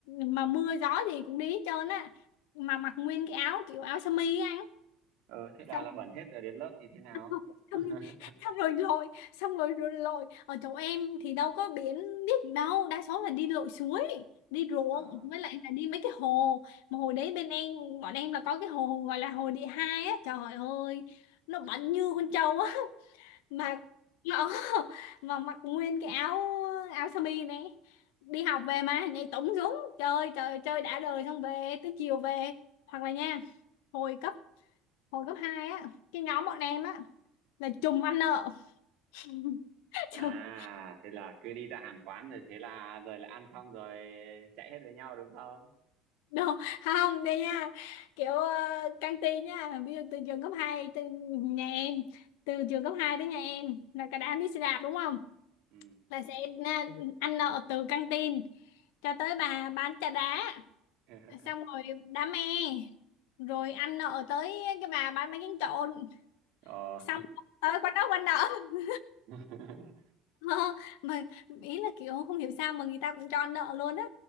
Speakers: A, on the left; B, on the right.
A: mà mưa gió gì cũng đi hết trơn á mà mặc nguyên cái áo kiểu áo sơ mi á anh
B: Ừ, thế là
A: xong
B: là bẩn hết rồi đến lớp thì thế nào?
A: <laughs> xong
B: <laughs>
A: xong rồi lội xong rồi, rồi lội ở chỗ em thì đâu có biển biết gì đâu đa số là đi lội suối đi ruộng
B: À.
A: với lại là đi mấy cái hồ mà hồi đấy bên em bọn em là có cái hồ gọi là hồ địa hai á trời ơi nó bẩn như con trâu á mặc nó <laughs> mà mặc nguyên cái áo áo sơ mi này đi học về mà nhảy tủng xuống chơi chơi chơi đã đời xong về tới chiều về hoặc là nha hồi cấp hồi cấp 2 á cái nhóm bọn em á là trùm ăn nợ <laughs> trùm
B: à, thế là cứ đi ra hàng quán rồi thế là rồi là ăn xong rồi chạy hết với nhau đúng không?
A: đâu không đây nha kiểu uh, căng tin nha ví dụ từ trường cấp hai từ nhà em từ trường cấp 2 tới nhà em là cả đám đi xe đạp đúng không
B: Ừ.
A: là sẽ na- ăn nợ từ căng tin cho tới bà bán trà đá
B: <laughs>
A: xong rồi đam mê rồi ăn nợ tới cái bà bán bánh tráng trộn
B: Ờ.
A: xong tới quán đó quán nợ <laughs>
B: <laughs>
A: Ờ, mà ý là kiểu không hiểu sao mà người ta cũng cho ăn nợ luôn á